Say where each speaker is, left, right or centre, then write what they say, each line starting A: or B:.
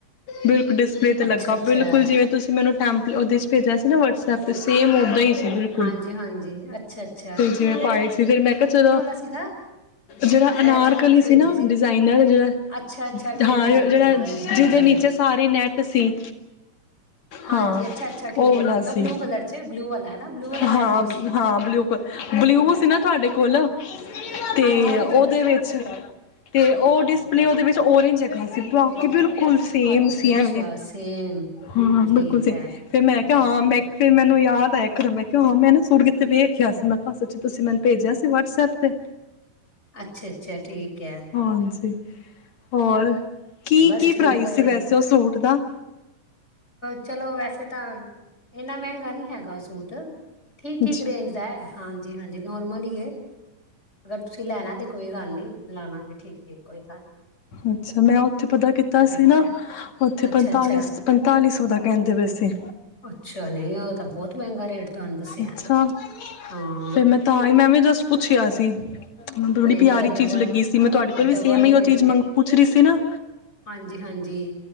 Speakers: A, on the left; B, on the left.
A: ਬਿਲਕੁਲ ਡਿਸਪਲੇ ਤੇ
B: ਅੱਛਾ
A: ਲੱਗਾ
B: ਅੱਛਾ
A: ਬਿਲਕੁਲ ਜਿਵੇਂ ਤੁਸੀਂ ਮੈਨੂੰ ਟੈਂਪ ਉਹਦੇ ਚ ਭੇਜਿਆ ਸੀ ਨਾ ਵਟਸਐਪ ਤੇ ਸੇਮ ਉਦੇ ਹੀ ਸੀ ਬਿਲਕੁਲ
B: ਹਾਂਜੀ ਹਾਂਜੀ ਅੱਛਾ ਅੱਛਾ
A: ਜਿਵੇਂ
B: ਕਿਹੜੇ
A: ਪਾਏ ਸੀ ਫਿਰ ਮੈਂ ਚਲੋ
B: ਵਾਲਾ ਸੀਗਾ
A: ਜਿਹੜਾ
B: ਉਹ
A: ਅਨਾਰਕਲੀ
B: ਮੈਂ ਤਾਂ
A: ਸੀ
B: ਭੇਜੇ
A: ਨਾ ਡਿਜ਼ਾਇਨਰ ਜਿਹੜਾ
B: ਅੱਛਾ ਅੱਛਾ ਠੀਕ
A: ਹਾਂ
B: ਹੈ
A: ਜਿਹੜਾ
B: ਠੀਕ ਹੈ ਹਾਂਜੀ
A: ਜਿਹਦੇ
B: ਹਾਂਜੀ
A: ਨੀਚੇ ਸਾਰੀ ਨੈਟ ਸੀ
B: ਹਾਂਜੀ
A: ਹਾਂ
B: ਅੱਛਾ ਅੱਛਾ
A: ਉਹ
B: ਠੀਕ
A: ਵਾਲਾ
B: ਹੈ ਠੀਕ ਹੈ
A: ਸੀ
B: ਬਲੂ ਕਲਰ ਚ ਬਲੂ ਵਾਲਾ ਹੈ ਨਾ ਬਲੂ ਵਾਲਾ
A: ਹਾਂ
B: ਕਹਿ ਰਹੇ ਹੋ ਤੁਸੀਂ
A: ਹਾਂ ਬਲਿਊ ਕਲਰ ਬਲਿਊ ਸੀ ਨਾ ਤੁਹਾਡੇ ਕੋਲ ਤੇ
B: ਹਾਂਜੀ ਹਾਂਜੀ
A: ਉਹਦੇ ਵਿੱਚ ਤੇ ਉਹ ਡਿਸਪਲੇ ਉਹਦੇ ਵਿੱਚ ਜਗ੍ਹਾ ਸੀ ਬਾਕੀ ਬਿਲਕੁਲ ਬਿਲਕੁਲ ਸੇਮ
B: ਅੱਛਾ
A: ਸੀ
B: ਅੱਛਾ
A: ਐਵੇਂ
B: ਸੇਮ
A: ਹਾਂ
B: ਠੀਕ
A: ਬਿਲਕੁਲ ਸੇਮ
B: ਹੈ
A: ਫਿਰ ਮੈਂ ਕਿਹਾ ਹਾਂ ਮੈਂ ਫਿਰ ਮੈਨੂੰ ਹਾ ਤਾ ਹੈ ਕਿਹਾ ਹਾਂ ਮੈਂ ਨਾ ਸੂਟ ਦੇਖਿਆ ਸੀ ਮੈਂ ਅੱਛਾ ਤੁਸੀਂ ਮੈ ਭੇਜਿਆ ਸੀ ਵਟਸਾਪ 'ਤੇ
B: ਅੱਛਾ ਅੱਛਾ ਠੀਕ ਹੈ
A: ਹਾਂਜੀ ਹੋਰ ਕੀ
B: ਬਸ
A: ਕੀ
B: ਠੀਕ
A: ਪ੍ਰਾਈਸ
B: ਹੈ
A: ਸੀ
B: ਵਧੀਆ
A: ਵੈਸੇ ਉਹ ਸੂਟ ਦਾ
B: ਚਲੋ ਵੈਸੇ ਤਾਂ ਇੰਨਾ ਮਹਿੰਗਾ ਨਹੀਂ ਹੈਗਾ ਸੂਟ ਠੀਕ ਠੀਕ
A: ਅੱਛਾ
B: ਰੇਂਜ ਦਾ ਹਾਂਜੀ ਹਾਂਜੀ ਨੋਰਮਲ ਹੀ ਹੈ ਅਗਰ ਤੁਸੀਂ ਲੈਣਾ ਤੇ ਦੱਸੋ ਕੋਈ ਗੱਲ ਨਹੀਂ ਲੈਣਾ ਠੀਕ ਇੱਕੋ ਹੀ ਤਾਂ
A: ਅੱਛਾ ਮੈਂ ਉੱਥੇ ਪਤਾ ਕੀਤਾ ਸੀ ਨਾ
B: ਤਾਂ
A: ਉੱਥੇ
B: ਅੱਛਾ
A: ਪੰਤਾਲੀ
B: ਅੱਛਾ
A: ਪੰ ਪਤਾਲੀ ਸੌ ਦਾ ਕਹਿੰਦੇ ਵੈਸੇ
B: ਅੱਛਾ ਨਹੀਂ ਉਹ ਤਾਂ ਬਹੁਤ ਮਹਿੰਗਾ ਰੇਟ ਤੁਹਾਨੂੰ ਦੱਸਿਆ
A: ਅੱਛਾ
B: ਹਾਂ
A: ਫ਼ਿਰ ਮੈਂ ਤ ਹੀ ਮੈਂ ਵੀ ਜਸਟ ਪੁੱਛਿਆ ਸੀ ਬੜੀ
B: ਨਹੀਂ
A: ਪਿਆਰੀ
B: ਨਹੀਂ ਇਹ ਤਾਂ ਡਬਲ
A: ਚੀਜ਼ ਲੱਗੀ ਸੀ ਮੈਂ ਤੁਹਾਡੇ ਕੋਲ ਵੀ
B: ਡਬਲ
A: ਸੇਮ ਹੀ ਉਹ
B: ਰੇਟ
A: ਚੀਜ਼
B: ਹੈ
A: ਮੰਗ ਪੁੱਛ ਰਹੀ ਸੀ ਨਾ
B: ਹਾਂਜੀ ਹਾਂਜੀ